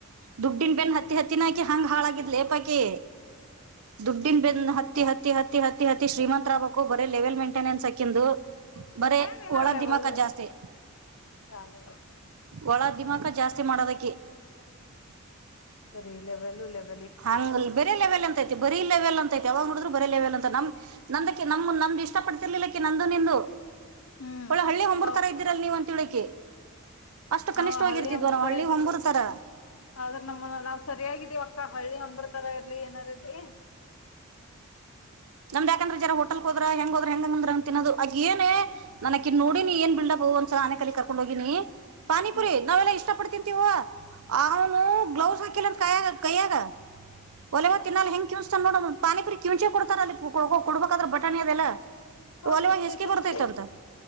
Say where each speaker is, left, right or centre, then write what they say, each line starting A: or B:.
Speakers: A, on the right; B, on the left.
A: ದುಡ್ಡಿನ ಬೆನ್ನ ಹತ್ತಿ ಹತ್ತಿನ ಅಕಿ ಹಂಗ ಹಾಳಾಗಿದ್ಲಿ ಏಪಾಕಿ ದುಡ್ಡಿನ ಬೆನ್ನ ಹತ್ತಿ ಹತ್ತಿ ಹತ್ತಿ ಹತ್ತಿ ಹತ್ತಿ ಶ್ರೀಮಂತರಾಗಬೇಕು ಬರ ಲೆವೆಲ್ ಮೈಂಟೆನೆನ್ಸ್ ಆ ಅಕಿಂದು ಬರ
B: ಏನಿನ
A: ಒಳ
B: ಲೆವೆಲ್
A: ದಿಮಾಕ ಜಾಸ್ತಿ
B: ಯಾವ ಲೆವೆಲ್
A: ಒಳ ದಿಮಕ ಜಾಸ್ತಿ ಮಾಡೋದ ಅಕಿ
B: ಬರೀ ಲೆವೆಲ್ ಲಿವ್
A: ಹಂಗ ಬೇರೆ ಲೆವೆಲ್ ಅಂತ ಐತಿ ಬರಿ ಲೇವೆಲ್ ಅಂತೈಐ ಯಾವಗ ನೋಡಿದ್ರ ಬರೆ ಲೆವೆಲ್ ಅಂತ ನಮ್ ನಂದಕ್ಕೆ ನಮ ನಮ್ದ ಇಷ್ಟ ಪಡ್ತಿರ್ಲಿಲ್ಲ ಅಕ್ಕ ನಂದು ನಿಂದು
B: ಹ್ಮ್
A: ಒಳ್ಳೆ ಹಳ್ಳಿ ಹಂಬರ
B: ಹೌ
A: ತರ ಇದ್ದೀರಲ್ಲ ನೀವ ಅಂತಿಳಕಿ ಅಷ್ಟು
B: ನಾವ್
A: ಕನಿಷ್ಠವಾಗಿರ್ತಿದ್ವಾರ
B: ಹಳ್ಳಿ ಅಂಬ್ರ ತರ
A: ಹಳ್ಳಿ
B: ಇದ್
A: ಹೊಂಬುರ್ತರ
B: ಆದ್ರ ನಮ್ಮ ನಾವ್ ಸರಿಯಾಗಿದ್ದೀವ ಅಕ್ಕ ಹಳ್ಳಿ ಅ ರ ತರ ಇರ್ಲಿ ಏನಾರು ಇರ್ಲಿ
A: ನಮ್ದ್ಕಂದ್ರೆ ಜನ ಹೋಟಲ್ ಹದ್ರ ಹೆಂಗ ಹದ್ರ ಹೆಂಗಂದ್ರ ಅಂಗ ತಿನ್ನದು ಆಗ ಏನ ನನಕಿ ನೋಡಿ ನೀ ಏನ್ ಬಿಲ್ಡಪ್ ಸ ಆನೆ ಕಲಿ ಕಕೊಂಡ ಹೋಗಿನಿ ಪಾನಿಪುರಿ
B: ಹ್ಮ
A: ನಾವೆಲ್ಲಾ ಇಷ್ಟ ಪಡ್ ತಿನ್ಂತೀವ ಅವನು ಗ್ಲೌಸ್ ಹಾಕಿಲ್ಲಂತ ಕಾಯ ಕೈಯಾಗ ಒಲೆಗ ತಿನ್ನ ಹೆಂಗಗೆ ಕಿವ್ತ ನೋಡ ಪಾನಿಪುರಿ ಕಿಂಚೆ ಕೊಡ್ತಾರ ಅಲ್ಲಿ ಕೊಡ್ಬೇಕಾದ್ರ ಬಟಾಣಿ ಅದೆಲ್ಲ
B: ಹೌದ್
A: ಅಲವ
B: ಮತ್
A: ಹೆಸಕಿ
B: ಕಿವಿಚೆ
A: ಬರ್ತೈತ್ಂತ
B: ಕೊಡ್ತ